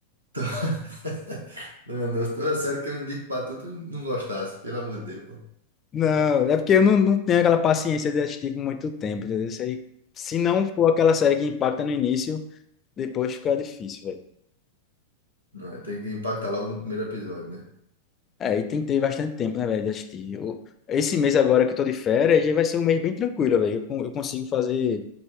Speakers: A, on the right (about 80°); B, on the left (about 25°).
A: to- <laughs> Meu toda série que eu indico pra tu, tu não gostasse, pelo amor de Deus, pô.
B: Não, é porque eu não, não tenho aquela paciência de assistir por muito tempo, entendeu? Isso aí, se não for aquela série que impacta no início, depois fica difícil, velho.
A: Não, tem que impactar logo no primeiro episódio, né?
B: É, e tem que ter bastante tempo, né, velho, de assistir. Eu- esse mês agora que eu tô de férias, já vai ser um mês bem tranquilo, velho. Eu, con- eu consigo fazer